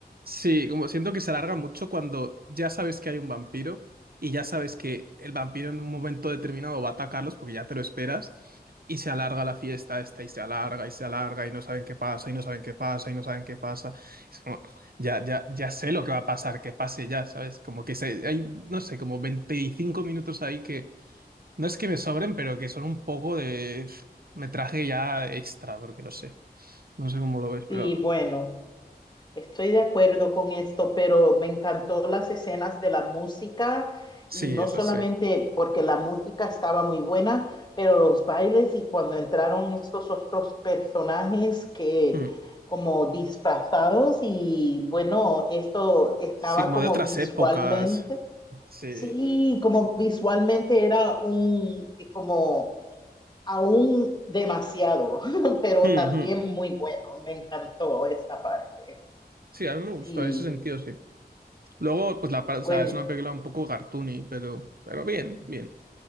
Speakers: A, on the right (about 65°); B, on the left (about 25°).
A: Sí, como siento que se alarga mucho cuando ya sabes que hay un vampiro y ya sabes que el vampiro en un momento determinado va a atacarlos porque ya te lo esperas y se alarga la fiesta esta y se alarga y se alarga y no saben qué pasa y no saben qué pasa y no saben qué pasa. Es como, ya, ya, ya sé lo que va a pasar, que pase ya, ¿sabes? Como que se, hay, no sé, como 25 minutos ahí que no es que me sobren, pero que son un poco de pf, metraje ya extra, porque no sé, no sé cómo lo ves, pero
B: Sí, bueno. Estoy de acuerdo con esto, pero me encantó las escenas de la música
A: sí,
B: y no
A: es
B: solamente
A: así.
B: porque la música estaba muy buena, pero los bailes y cuando entraron estos otros personajes que
A: Mm.
B: como disfrazados y bueno, esto estaba
A: Sí, como
B: como
A: de otras
B: visualmente,
A: épocas. Sí.
B: sí, como visualmente era un como aún demasiado, <laughs> pero
A: Mm,
B: también
A: mm.
B: muy bueno. Me encantó esta parte.
A: Sí, a mí me gustó
B: Sí.
A: en ese sentido, sí. Luego, pues la, par- o
B: Bueno,
A: sea, es una película un poco cartoony, pero, pero bien, bien.